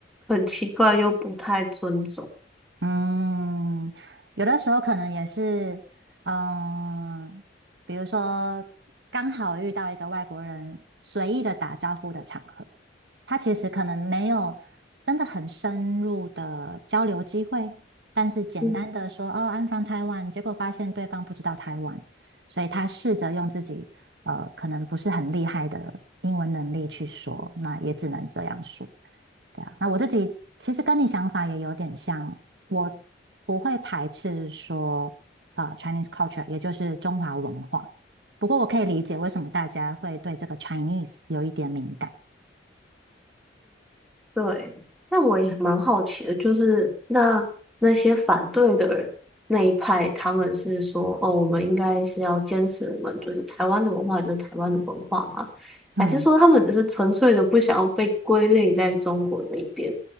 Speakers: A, in the centre; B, on the right.
A: 很奇怪，又不太尊重。
B: 嗯，有的时候可能也是，嗯，比如说刚好遇到一个外国人随意的打招呼的场合。他其实可能没有真的很深入的交流机会，但是简单的说哦，I'm
A: 嗯。
B: from Taiwan，结果发现对方不知道台湾，所以他试着用自己呃可能不是很厉害的英文能力去说，那也只能这样说。对啊，那我自己其实跟你想法也有点像，我不会排斥说呃 Chinese culture，也就是中华文化，不过我可以理解为什么大家会对这个 Chinese 有一点敏感。
A: 对，那我也蛮好奇的，就是那那些反对的人那一派，他们是说，哦，我们应该是要坚持我们就是台湾的文化，就是台湾的文化嘛？
B: 嗯。
A: 还是说他们只是纯粹的不想要被归类在中国那边？